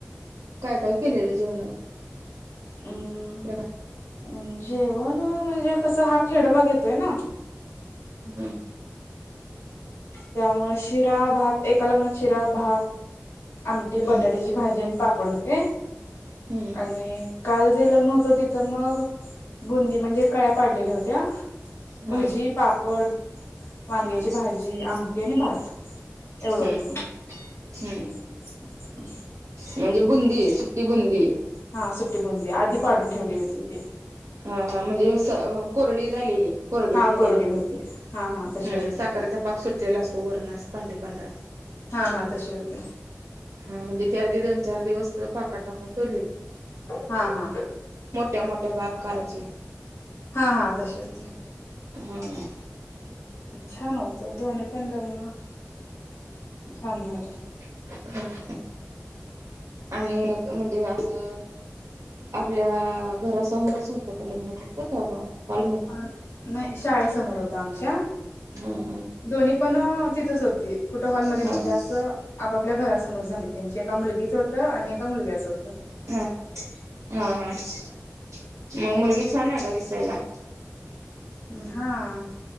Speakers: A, on the right; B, on the left.
A: काय काय केलेलं जेवणात?
B: हम्म
A: लग्नात
B: हम्म जेवण अ म्हंजे, कसंय हा खेडभाग येतोय ना!
A: हा.
B: त्यामुळे शिरा, भात एका लग्नात शिरा, भात आमटी,
A: हम्म
B: बटाट्याची भाजी आणि पापड होते.
A: हम्म
B: आणि काल जे लग्न होत तिथं मग बुंदी म्हणजे कळ्या पाडलेल्या होत्या
A: हम्म
B: भजी, पापड वांग्याची
A: हम्म
B: भाजी, आमटी आण भात एवढं
A: हम्म
B: होत.
A: हम्म हम्म
B: <inaudible>
A: म्हणजे बुंदी, सुट्टी बुंदी?
B: हा सुट्टी बुंदी आधी पाडून ठेवली होती ते.
A: हा हा म्हणजे उसळ अ कोरडी झालेली, कोरडी
B: हा
A: झालेली असते
B: होती
A: ती
B: हा हा तशी
A: हम्म
B: होती
A: साखरेचा पा पाक सुटलेला असतो वरण असं पांढर पांढरा.
B: हा हा तशी होती.
A: हा म्हणजे ते आधी दोन चार दिवस पाकात टाकून सोडलेली असते.
B: हा हा.
A: मोठ्या मोठ्या <unintelligible> काराची.
B: हा हा तशी होती.
A: हम्म.
B: छान होत दोन्ही पण लग्न छान झाले.
A: हम्म हम्म. आणि एक म्हणजे असं आपल्या अ घरासमोरच होतं का लग्नं तीचं? का म हॉलमध्ये
B: म नाय शाळेसमोर होत आमच्या
A: हा हा.
B: दोन्ही पण अ तिथंच होती कुठं हॉलमध्येध्ये
A: हा.
B: नव्हते, असं आपापल्या घरासमोर झालीत. त्यांची एका मुलगीच होतं आणि एका मुलग्याचं होतं.
A: हा हा हा मग मुलगी छान आहे का दिसायला?
B: हां